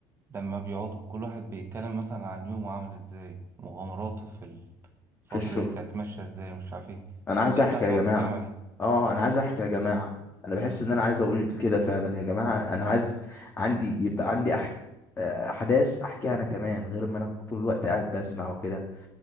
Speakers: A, on the right; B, on the left.
A: لما بيقعدوا كل واحد بيتكلم مثلا عن يومه عامل ازاي مغامراته في الفترة
B: في الشغل
A: دي كانت ماشية ازاي مش عارف ايه
B: انا عايز
A: انت
B: احكي
A: هتقعد
B: يا جماعه
A: تتكلم عن ايه
B: اه انا عايز احكي يا جماعه انا بحس ان انا عايز اقول
A: آه،
B: كده فعلا يا جماعه انا عايز عندي يبقى عندي أح... احداث احكيها انا كمان غير ما انا طول الوقت قاعد بسمع وكده